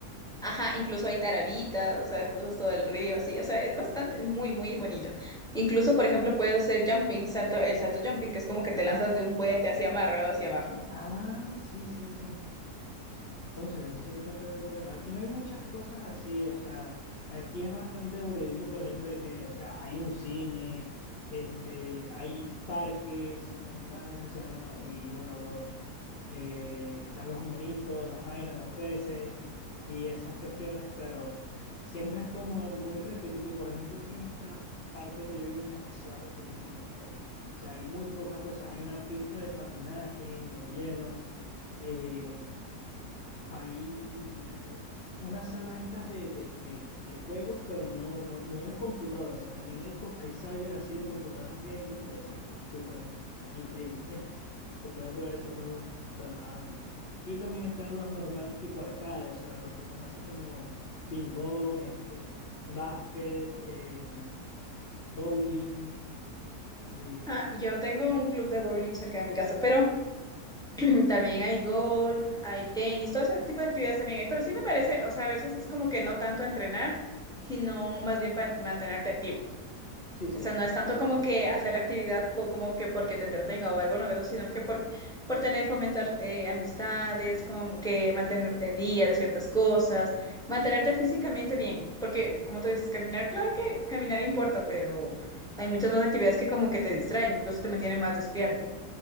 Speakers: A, in the centre; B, on the left (about 65°).
A: Ajá, incluso hay tarabitas, o sea, cruzas todo el río, así, o sea, es bastante, muy, muy bonito. Incluso, por ejemplo, puedes hacer jumping, salto, el salto jumping, que es como que
B: Ajá.
A: te lanzas de un puente así amarrado hacia abajo.
B: Ah, sí, sí, sí. Cónchale, eso se escucha bastante entretenido. Aquí no hay muchas cosas así, o sea, aquí es bastante aburridito por el hecho de que, o sea, hay un cine, este, hay parques naturales, o sea, y bueno, los, eh, están los monitos, las vainas, los peces y esas cuestiones, pero siempre es como muy repetitivo. Por ejemplo, aquí en esta parte donde yo vivo es demasiado repetitivo todo. O sea, hay muy pocas cosas. Hay una pista de patinaje en hielo. eh, hay eh, una sala de estas de, de, de, de juegos, pero no, no, no en computadoras. O sea, también hay, co- hay cyber así de computadoras gamer, de esas súper increíbles, <laughs> que puedes jugar esos juegos relajadamente. Y también están los normales tipo arcade, o sea, los que son así como ping-pong, este, básquet, eh, bowling. eh,
A: Ah, yo tengo un club de bowling cerca de mi casa, pero <clears throat> también hay golf, hay tenis, todo ese tipo de actividades también hay, pero sí me parece, o sea, a veces es como que no tanto entrenar, sino más bien para mantenerte activo.
B: sí, sí,
A: O sea, no es tanto como que hacer la actividad o como que porque te entretenga o algo novedoso, sino que por, por tener, fomentar eh, amistades, como que mantenerte al día de ciertas cosas, mantenerte físicamente bien, porque como tú dices, caminar, claro que caminar importa, pero hay muchas más actividades que como que te distraen, incluso te mantienen más despierto.